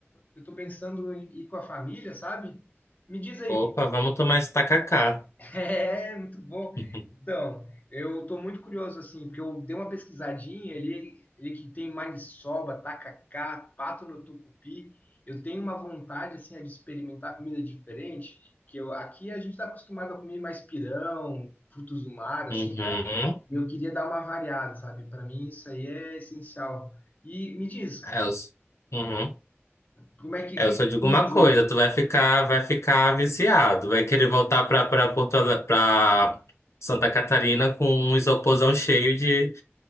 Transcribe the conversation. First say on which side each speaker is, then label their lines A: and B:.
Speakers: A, on the left; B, on the left.
A: eu estou pensando em ir com a família, sabe? Me diz aí,
B: Opa, vamos tomar esse tacacá.
A: É, muito bom.
B: <laughs>
A: Então, eu tô muito curioso, assim, porque eu dei uma pesquisadinha, ele, ele que tem maniçoba, tacacá, pato no tucupi, eu tenho uma vontade, assim, é de experimentar comida diferente, que eu, aqui a gente tá acostumado a comer mais pirão, frutos do mar, assim,
B: Uhum.
A: né?
B: Uhum.
A: E eu queria dar uma variada, sabe? Para mim isso aí é essencial. E me diz,
B: É, eu, s- uhum.
A: como é que,
B: É,
A: o que
B: eu só
A: que tu
B: digo uma
A: me diz?
B: coisa, tu vai ficar, vai ficar viciado, vai querer voltar pra, pra, Porto, Ale- pra Santa Catarina com um isoporzão cheio de,